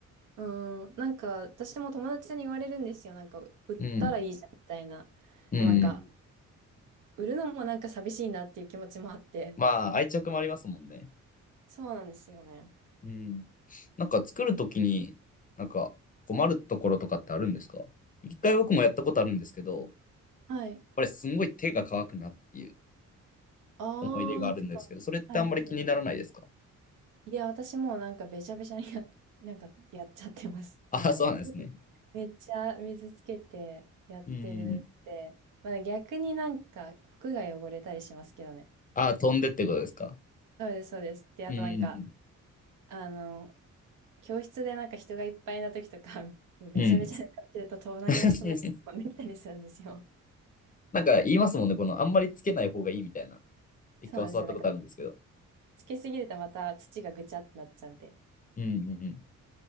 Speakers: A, on the right; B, on the left.
A: うーん、なんか私も友達に言われるんですよ。なんか売ったらいいじゃんみたいな。
B: うん。うん。
A: なんか売るのもなんか寂しいなっていう気持ちもあって。
B: まあ、愛着もありますもんね。
A: そうなんですよね。
B: うん。なんか作るときに、なんか困るところとかってあるんですか一回僕もやったことあるんですけど、やっ
A: はい。
B: ぱりすんごい手が乾くなっていう
A: ああ、
B: 思い出があるんですけど、
A: てかはいはい。
B: それってあんまり気にならないですか
A: いや、私もうなんかべちゃべちゃにや、なんかやっちゃってます。
B: あ、
A: なんかもう、
B: そうなんですね。
A: めっちゃ水つけてやってるって。
B: うん。
A: まあね逆になんか服が汚れたりしますけどね。
B: あ、飛んでってことですか。
A: そうです、そうです。で、
B: うん。
A: あとなんか、あの、教室でなんか人がいっぱいな時とか、<laughs> もうべちゃべちゃになってると隣の人のやつ飛んできたりするんですよ。
B: うん。<laughs> なんか言いますもんね、この、あんまりつけない方がいいみたいな。一回教わったことあるんですけど。
A: そうですね。なんかつけすぎるとまた土がぐちゃってなっちゃうんで。
B: うんうんうん。